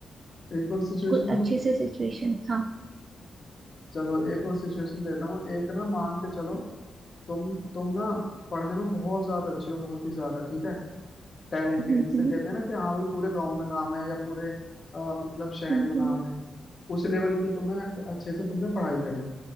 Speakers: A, on the left; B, on the right.
A: एक और सिचुएशन
B: कोई अच्छे
A: दो
B: से सिचुएशन हाँ
A: चलो एक और सिचुएशन देता हूँ एक ना मान के चलो तुम तुम ना पढ़ने में बहुत ज्यादा अच्छी हो बहुत ही ज्यादा ठीक है टैलेंटेड
B: हम्म
A: जिसे कहते हैं ना कि हाँ भाई पूरे गांव में नाम है या पूरे अ, मतलब शहर
B: हम्म
A: में नाम
B: हम्म
A: है उस लेवल की तुम्हें अच्छे से तुमने पढ़ाई करी